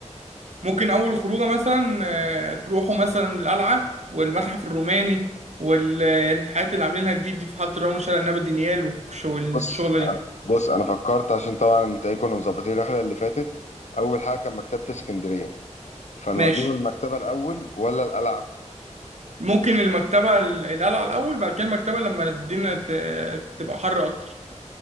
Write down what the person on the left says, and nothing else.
بص
بص انا فكرت عشان طبعا انت ايه كنا مظبطين الرحله اللي فاتت اول حاجه كان مكتبه اسكندريه فنوديهم
المكتبة الأول ولا القلعة؟